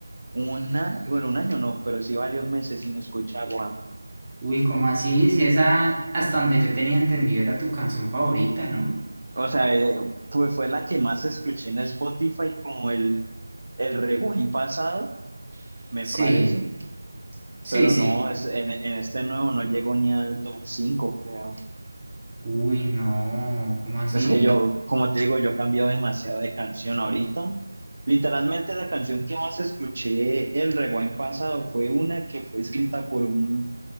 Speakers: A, on the right (about 70°); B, on the right (about 25°).
A: Una, bueno, un año no, pero sí varios meses sin escuchar Juan.
B: Uy, ¿cómo así? Si esa, hasta donde yo tenía entendido, era tu canción favorita, ¿no?
A: O sea, eh, fue, fue la que más escuché en Spotify como el, el rewind pasado, me
B: Sí,
A: parece,
B: sí,
A: pero
B: sí.
A: no, es, en, en este nuevo no llegó ni al top 5 creo.
B: Uy, no, ¿cómo así?
A: Es que yo, como te digo, yo he cambiado demasiado de canción ahorita. Literalmente la canción que más escuché el rewind pasado fue una que fue escrita por un,